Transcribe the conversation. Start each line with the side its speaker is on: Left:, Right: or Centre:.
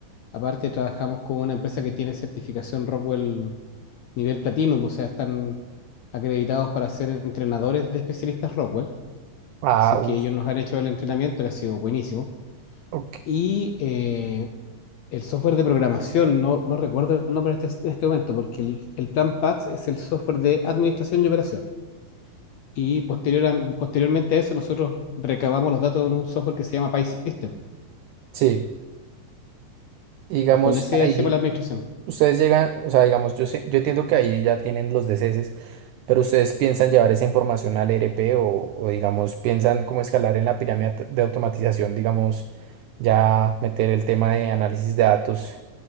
Left: Aparte, trabajamos con una empresa que tiene certificación Rockwell nivel Platinum, o sea, están acreditados para ser entrenadores de especialistas Rockwell.
Right: Ah,
Left: Así que
Right: uff,
Left: ellos nos han hecho el entrenamiento, que ha sido buenísimo.
Right: ok.
Left: y eh, el software de programación, no, no recuerdo el nombre en este, en este momento, porque el, el plan PAX es el software de administración y operación. Y posterior a- posteriormente a eso, nosotros recabamos los datos en un software que se llama PySystem.
Right: Sí, y digamos
Left: Y con ese
Right: ahí
Left: hacemos la administración.
Right: ustedes llegan, o sea, digamos yo sé- yo entiendo que ahí ya tienen los DCS, pero ustedes piensan llevar esa información al ERP o, o digamos piensan cómo escalar en la pirámide de automatización, digamos ya meter el tema de análisis de datos